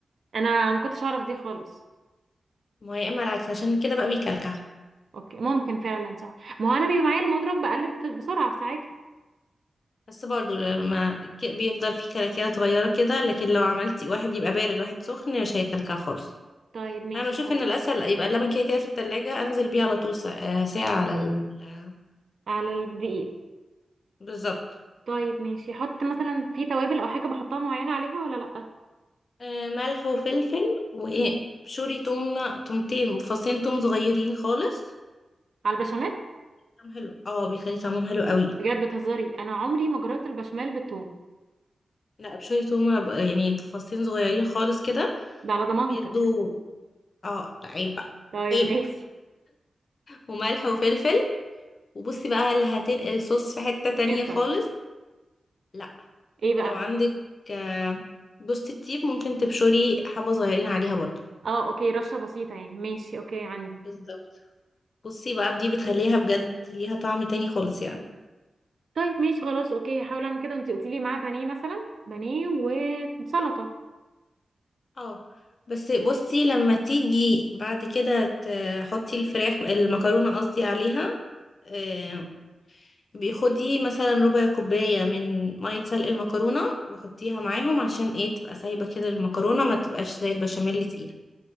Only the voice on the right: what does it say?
انا ما كنتش اعرف دي خالص
اوكي ممكن فعلا صح ما هو انا بيبقى معايا المضرب بقلب في- بسرعه في ساعتها
طيب ماشي
خلاص
على الدقيق
طيب ماشي حط مثلا في توابل او حاجه بحطها معينه عليها ولا لا
على البشاميل
بجد بتهزري انا عمري ما جربت البشاميل بالثوم
ده على ضمانتك
طيب
ماشي
قرفه
ايه بقى
اه اوكي رشه بسيطه يعني ماشي اوكي عندي
طيب ماشي خلاص اوكي هحاول اعمل كده وانتي قلتي لي معاه بانيه مثلا بانيه وسلطه